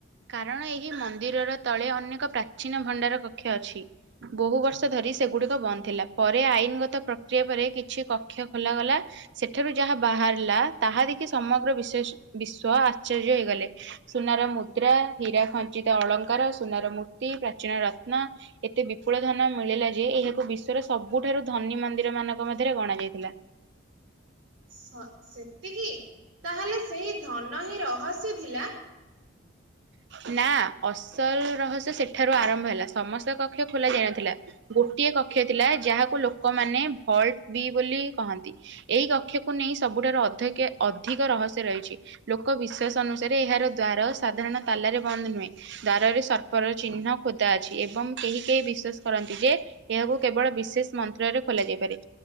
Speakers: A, on the right; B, on the right.
A: କାରଣ ଏହି ମନ୍ଦିରର ତଳେ ଅନେକ ପ୍ରାଚୀନ ଭଣ୍ଡାର କକ୍ଷ ଅଛି ବହୁ ବର୍ଷ ଧରି ସେଗୁ ସେଗୁଡିକ ବନ୍ଦ ଥିଲା ପରେ ଆଇନଗତ ପ୍ରକ୍ରିୟା ପରେ କିଛି କକ୍ଷ ଖୋଲ ଗଲା ସେଠାରୁ ଯାହା ବାହାରି ଲା ତାହା ଦେଖି ସମଗ୍ର ବିଶେଷ ବିଶ୍ୱ ଆଶ୍ଚର୍ଯ୍ୟ ହେଇଗଲେ ସୁନାର ମୁ ଦ୍ରା ହୀରା ଖଞ୍ଚିତ ଅଳଙ୍କାର ସୁନାର ମୂର୍ତ୍ତି ପ୍ରାଚୀନ ରତ୍ନ ଏତେ ବିପୁଳ ଧନ ମିଳି ଥିଲା ଯେ ଏହାକୁ ବିଶ୍ୱର ସବୁଠାରୁ ଧନୀ ମନ୍ଦିରମାନଙ୍କ ମଧ୍ୟରେ ଗଣାଯାଇଥିଲା।
B: ସ ସେତିକି ତାହେଲେ ସେହି ଧନ ହିଁ ରହସ୍ୟ ଥିଲା?
A: ହଁ। ନାଁ ଅସଲ ରହସ୍ୟ ସେଠାରୁ ଆରମ୍ଭ ହେଲା ସମସ୍ତ କକ୍ଷ ଖୋଲା ଯାଇନଥିଲା ଗୋଟିଏ କ କକ୍ଷ ଥିଲା ଯାହାକୁ ଲୋକମାନେ ଭଲଟ୍ ବି ବୋଲି କହନ୍ତି ଏହି କକ୍ଷକୁ ନେଇ ସବୁଠାରୁ ଅ ଅଧେକେ ଅଧିକ ରହସ୍ୟ ରହିଛି ଲୋକ ବିଶ୍ୱାସ ଅନୁସାରେ ଏହାର ଦ୍ଵାର ସା ସାଧାରଣ ତାଲାରେ ବନ୍ଦ ନୁହେଁ ଦ୍ୱାରରେ ସର୍ପର ଚିହ୍ନ ଖୋଦା ଅଛି ଏବଂ କେହି କେହି ବିଶ୍ୱାସ କର ନ୍ତି ଯେ ଏହାକୁ କେବଳ ବିଶେଷ୍ ମନ୍ତ୍ରରେ ଖୋଲା ଯାଇପାରେ